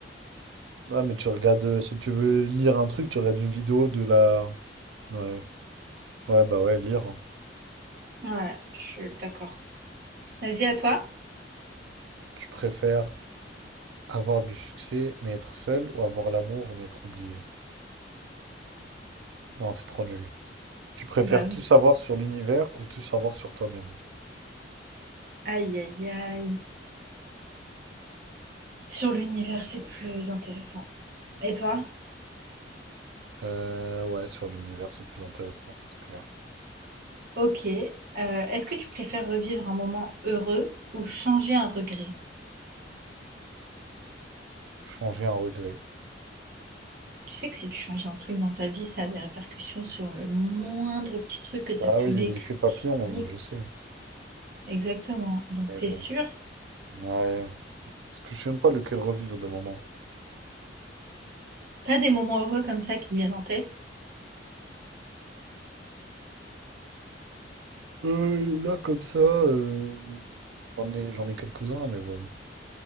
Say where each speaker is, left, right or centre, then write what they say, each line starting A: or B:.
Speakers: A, on the right; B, on the right.
A: Ouais, mais tu regardes, euh, si tu veux lire un truc, tu regardes une vidéo de la... Ouais, ouais, bah ouais, lire. hein.
B: Ouais, je suis d'accord. Vas-y, à toi.
A: Tu préfères avoir du succès, mais être seul, ou avoir l'amour, mais être oublié? Non, c'est trop nul. Tu préfères
B: Bah
A: tout
B: oui.
A: savoir sur l'univers ou tout savoir sur toi-même?
B: Aïe, aïe, aïe. Sur l'univers, c'est plus intéressant. Et toi?
A: Euh, ouais, sur l'univers, c'est plus intéressant, c'est clair.
B: Ok. Euh, est-ce que tu préfères revivre un moment heureux ou changer un regret?
A: Changer un regret.
B: Tu sais que si tu changes un truc dans ta vie, ça a des répercussions sur le moindre petit truc que tu
A: Bah
B: as pu
A: oui,
B: vécu,
A: l'effet papillon,
B: vivre.
A: je je sais.
B: Exactement. Donc
A: Mais
B: t'es
A: bon.
B: sûr?
A: Ouais. Parce que je sais même pas lequel revivre de moment.
B: T'as des moments heureux comme ça qui te viennent en tête?
A: Euh, là, comme ça, euh, j'en ai, j'en ai quelques-uns, mais bon.